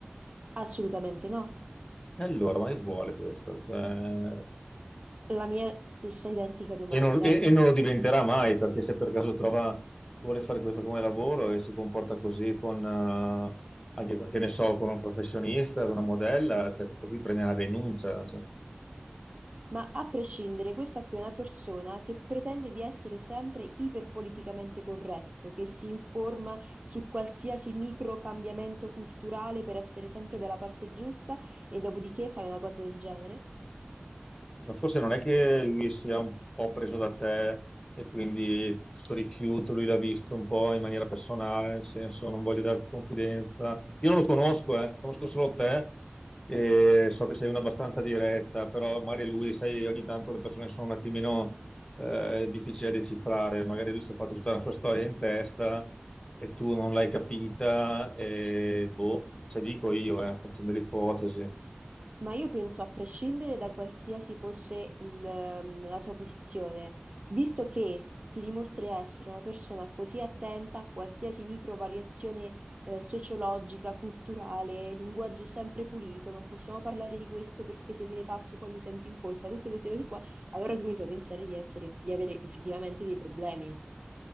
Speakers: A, on the right (about 35°); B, on the left (about 20°).
A: assolutamente no.
B: E allora, ma che vuole questo? Cioè,
A: La mia stessa identica domanda.
B: E non, e- e non lo diventerà mai, perché se per caso trova, vuole fare questo come lavoro e si comporta così con, eh, anche, che ne so, con un professionista, con una modella, cioè questo qui prende una denuncia. cioè.
A: Ma a prescindere, questa qui è una persona che pretende di essere sempre iperpoliticamente corretto, che si informa su qualsiasi micro cambiamento culturale per essere sempre dalla parte giusta e dopodiché fai una cosa del genere?
B: Ma forse non è che lui sia un po' preso da te e quindi questo rifiuto lui l'ha visto un po' in maniera personale, nel senso non voglio darti confidenza. Io non lo conosco, eh, conosco solo te e so che sei una abbastanza diretta, però magari lui, sai, ogni tanto le persone sono un attimino eh, difficili da decifrare, magari lui si è fatto tutta la sua storia in testa e tu non l'hai capita e boh, ce dico io, eh, sto facendo delle ipotesi.
A: Ma io penso, a prescindere da qualsiasi fosse il, ehm, la sua posizione, visto che ti dimostri essere una persona così attenta a qualsiasi micro variazione eh, sociologica, culturale, linguaggio sempre pulito, non possiamo parlare di questo perché se me ne passo poi mi sento in colpa, tutte queste cose qua, allora tu mi fai pensare di essere, di avere effettivamente dei problemi.